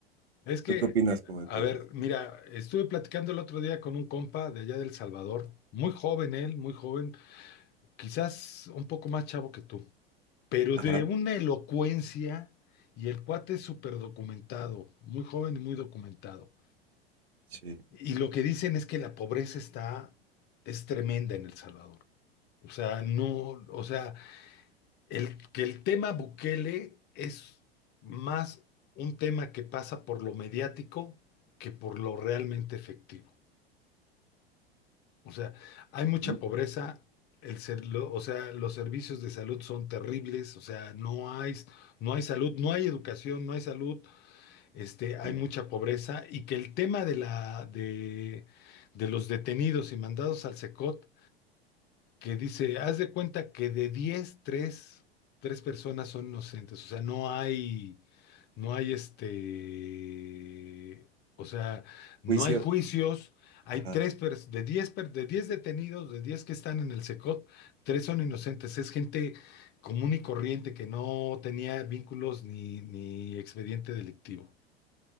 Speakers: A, on the left (about 35°); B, on the right (about 80°).
A: Es que,
B: ¿Tú qué opinas como de
A: a
B: todo
A: ver,
B: eso?
A: mira, estuve platicando el otro día con un compa de allá del Salvador, muy joven él, muy joven, quizás un poco más chavo que tú, pero
B: Ajá,
A: de una elocuencia y el cuate es súper documentado, muy joven y muy documentado.
B: sí.
A: Y lo que dicen es que la pobreza está, es tremenda en El Salvador. O sea, no, o sea, El, que el tema Bukele es más un tema que pasa por lo mediático que por lo realmente efectivo. O sea, hay mucha
B: ujú,
A: pobreza, el ser- lo- o sea, los servicios de salud son terribles, o sea, no hay, no hay salud, no hay educación, no hay salud, este, hay
B: claro.
A: mucha pobreza y que el tema de la, de, de los detenidos y mandados al SECOT que dice, haz de cuenta que de 10 3 tres personas son inocentes, o sea, no hay, no hay este, o sea, no
B: Juicios.
A: hay juicios, hay
B: Ajá,
A: tres, pers- de 10 per- de 10 detenidos, de 10 que están en el SECOT, tres son inocentes, es gente común y corriente que no tenía vínculos ni, ni expediente delictivo.